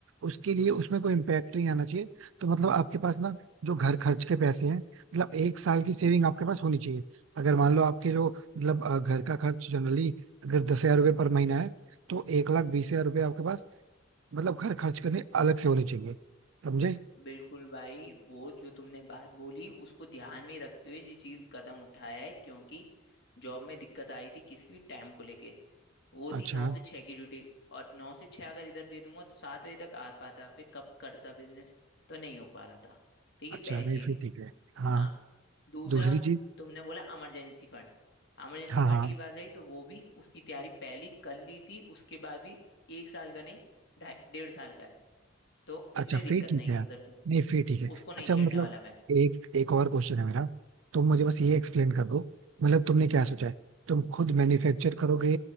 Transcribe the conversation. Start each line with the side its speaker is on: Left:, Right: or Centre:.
Right: उसके लिए उसमें कोई इम्पेक्ट नहीं आना चाहिए तो मतलब आपके पास ना जो घर खर्च के पैसे हैं मतलब एक साल की सेविंग आपके पास होनी चाहिए अगर मान लो आपके जो मतलब अ, घर का खर्च जनरली अगर दस हजार रुपये पर महीना है तो एक लाख बीस हजार रुपये आपके पास मतलब घर खर्च करने अलग से होने चाहिए समझे
Left: बिल्कुल भाई वो जो तुमने बात बोली उसको ध्यान में रखते हुए ये चीज कदम उठाया है क्योंकि जॉब में दिक्कत आई थी किसकी टाइम को लेके वो
Right: अच्छा
Left: थी नौ से छह की ड्यूटी और नौ से छह अगर इधर दे दूंगा तो सात बजे तक आ पाता फिर कब करता बिजनेस तो नहीं हो पा रहा था ठीक है
Right: अच्छा
Left: पहली
Right: नहीं
Left: चीज
Right: फिर ठीक है हाँ
Left: हाँ दूसरा
Right: दूसरी चीज
Left: तुमने बोला इमरजेंसी फंड इमरजेंसी
Right: हाँ
Left: फंड
Right: हाँ
Left: की बात रही तो वो भी उसकी तैयारी पहली कर ली थी उसके बाद भी एक साल का नहीं ढाई डेढ़ साल का है तो इसलिए
Right: अच्छा
Left: दिक्कत
Right: फिर ठीक
Left: नहीं
Right: है
Left: है
Right: यार
Left: उधर से
Right: नहीं फिर ठीक है
Left: उसको नहीं
Right: अच्छा
Left: छेड़ने
Right: मतलब
Left: वाला मैं
Right: एक एक और क्वेश्चन है मेरा तुम मुझे बस ये एक्सप्लेन कर दो मतलब तुमने क्या सोचा है तुम खुद मैन्युफैक्चर करोगे